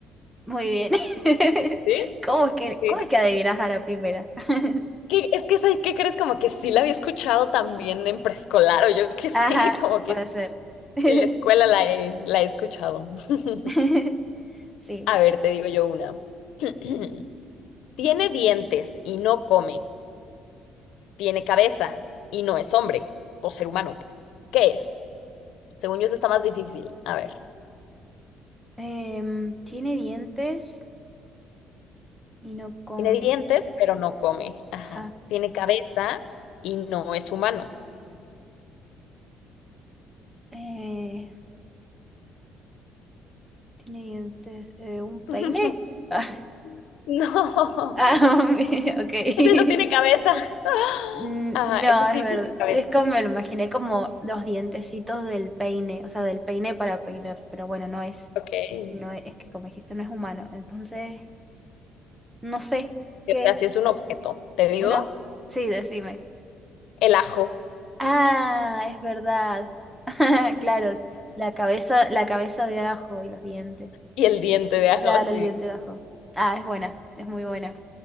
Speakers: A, in the centre; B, on the left (about 70°).
A: Muy bien. <laughs>
B: ¿Sí?
A: ¿Cómo es que,
B: Sí,
A: cómo
B: sí,
A: es que adivinas a la primera? <laughs>
B: Que, es que, ¿sabes qué crees? Como que sí la había escuchado también en preescolar o yo qué sé,
A: Ajá,
B: <laughs> como que
A: puede ser. <laughs>
B: en la escuela la he, la he escuchado. <laughs>
A: <laughs> Sí.
B: A ver, te digo yo una. <clears throat> Tiene dientes y no come. Tiene cabeza y no es hombre o ser humano, pues. ¿Qué es? Según yo, eso está más difícil. A ver.
A: Em, tiene dientes y no come.
B: Tiene dientes, pero no come. Ajá.
A: Ajá.
B: Tiene cabeza y no es humano.
A: Eh, tiene dientes. eh, ¿un peine?
B: <laughs>
A: Ah, <laughs>
B: No,
A: ah, <laughs> ok.
B: ese no tiene
A: <laughs>
B: cabeza. <laughs> <gasps>
A: Mm,
B: Ajá, ese
A: No,
B: sí
A: es verdad.
B: tiene cabeza.
A: Es como me lo imaginé como los dientecitos del peine, o sea, del peine para peinar, pero bueno, no es,
B: Ok. Y,
A: no es, es que como dijiste, no es humano. Entonces, no sé qué
B: O sea,
A: es.
B: si es un objeto, te digo,
A: Uno, sí, decime.
B: el ajo
A: Ah, es verdad. <laughs> Claro, la cabeza, la cabeza de ajo y los dientes.
B: y el diente de ajo,
A: Claro,
B: sí.
A: el diente de ajo. Ah, es buena, es muy buena.